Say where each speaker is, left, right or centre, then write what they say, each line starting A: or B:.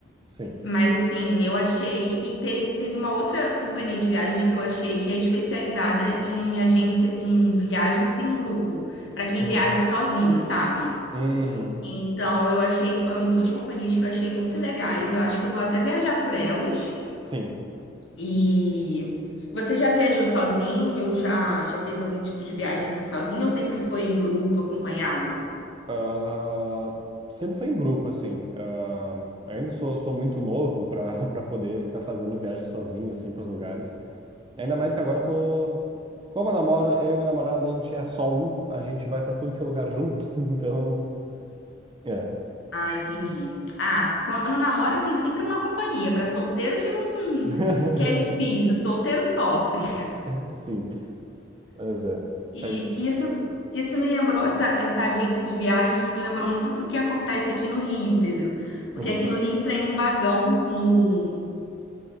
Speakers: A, on the right (about 25°); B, on the left (about 75°).
A: sim.
B: mas assim, eu achei e teve, teve uma outra companhia de viagens que eu achei que é especializada em agência em viagens em grupo, para quem
A: Uhum.
B: viaja sozinho, sabe?
A: Uhum.
B: Então, eu achei, foram duas companhias que eu achei muito legais. Eu acho que eu vou até viajar por elas.
A: Sim.
B: E você já viajou sozinho? Já, já fez algum tipo de viagem sozinho ou sempre foi em grupo, acompanhado?
A: Ah, sempre foi em grupo, assim. Ah, eu ainda sou, sou muito novo para <laughs> para poder ficar fazendo viagem sozinho, assim, para os lugares. Ainda mais que agora eu tô. Como eu namoro, eu e minha namorada, a gente é só um, a gente vai para tudo que é lugar junto, <laughs> então. É.
B: Ah, entendi. Ah, quando namora tem sempre uma companhia. Para solteiro que não,
A: <laughs>
B: que é difícil, solteiro sofre.
A: Sim, mas é.
B: E
A: A gente.
B: isso, isso me lembrou, essa, essa agência de viagens me lembrou muito do que acontece aqui no Rio, Pedro. Porque
A: Uhum,
B: aqui no Rio tem um vagão no,